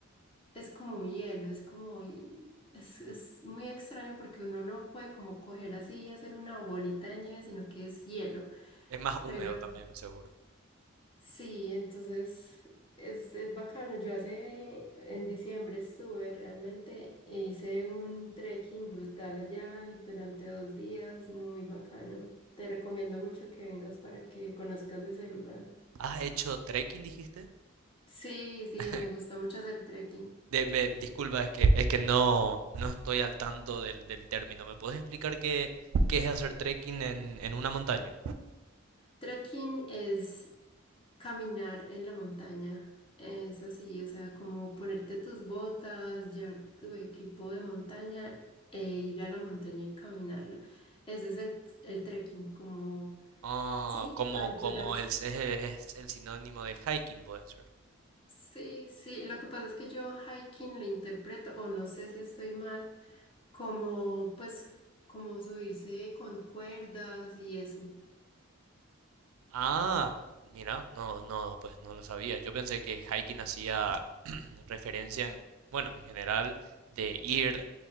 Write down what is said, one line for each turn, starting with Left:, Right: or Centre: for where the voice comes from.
Left: es como un hielo, es como... y- Es, es muy extraño porque uno no puede como coger así y hacer una bolita de nieve, sino que es hielo.
Right: Es más húmedo
Left: Pero...
Right: también, seguro.
Left: Sí, entonces es, es bacano. Yo hace, en diciembre estuve realmente e hice un trekking brutal allá durante dos días, muy bacano. Te recomiendo mucho que vengas para que conozcas ese lugar.
Right: ¿Has hecho trekking, dijiste?
Left: Sí, sí,
Right: <laughs>
Left: me gusta mucho hacer trekking.
Right: De- me- disculpa, es que, es que no, no estoy al tanto del, del término. ¿Me puedes explicar qué, qué es hacer trekking en, en una montaña?
Left: Trekking es Caminar en la montaña es así, o sea, como ponerte tus botas, llevarte tu equipo de montaña e ir a la montaña y caminarla. Ese es el, el trekking, como,
Right: Ah,
Left: sí,
Right: como,
Left: aventurarse.
Right: como el, es, es el sinónimo de hiking, puede ser.
Left: Sí, sí, lo que pasa es que yo hiking lo interpreto, o no sé si estoy mal, como, pues, como subirse con cuerdas y eso.
Right: Ah, mira, no, no, pues no lo sabía. Yo pensé que hiking hacía <clears throat> referencia en, bueno, en general de ir,